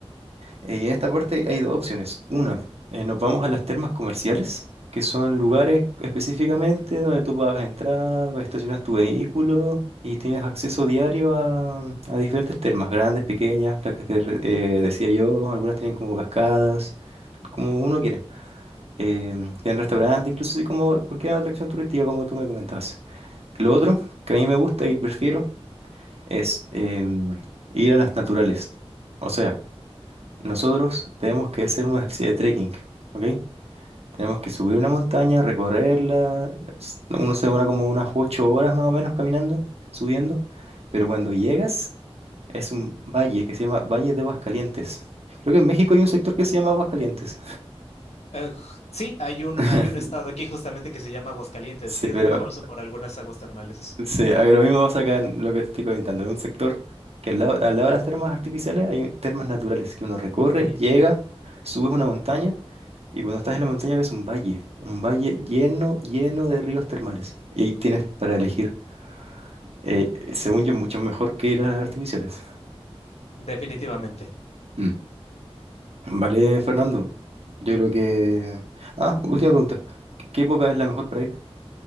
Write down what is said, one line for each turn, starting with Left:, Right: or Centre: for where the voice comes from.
Right: Eh, y en esta parte hay hay dos opciones. Una, eh, nos vamos a las termas comerciales, que son lugares
Left: Ajá.
Right: específicamente donde tú pagas entrada, estacionas tu vehículo y tienes acceso diario a, a diferentes termas, grandes, pequeñas, las que te re- eh, decía yo, algunas tienen como cascadas, como uno quiera. Eh, tienen restaurantes, incluso así como cualquier atracción turística, como tú me comentabas. Lo
Left: ujú.
Right: otro que a mí me gusta y prefiero es em, ir a las naturales. O sea, nosotros tenemos que hacer una especie de trekking, ¿ok? Tenemos que subir una montaña, recorrerla. s- Uno se demora como unas ocho horas más o menos caminando, subiendo. Pero cuando llegas, es un valle que se llama Valle de Calientes. Creo que en México hay un sector que se llama Calientes.
Left: Eh, sí, hay un
Right: <laughs>
Left: hay un estado aquí justamente que se llama Aguascalientes.
Right: Sí,
Left: Sí, es
Right: pero
Left: muy famoso por algunas aguas termales.
Right: Sí, a lo mismo pasa acá en lo que te estoy comentando. En un sector que al lado, al lado de las termas artificiales hay termas naturales que uno recorre,
Left: Ujú.
Right: llega, subes una montaña y cuando estás en la montaña ves un valle, un valle lleno, lleno de ríos termales. Y ahí tienes para elegir. Eh, según yo, es mucho mejor que ir a las artificiales.
Left: Definitivamente.
Right: Mm. Vale, Fernando, yo creo que... Ah, última pregunta. ¿Qué qué época es la mejor para ir?